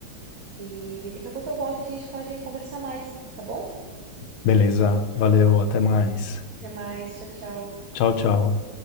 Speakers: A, on the right (about 45°); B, on the left (about 85°).
A: E daqui a pouco eu volto e a gente pode conversar mais, tá bom?
B: Beleza, valeu, até mais.
A: Até mais, tchau, tchau.
B: Tchau, tchau.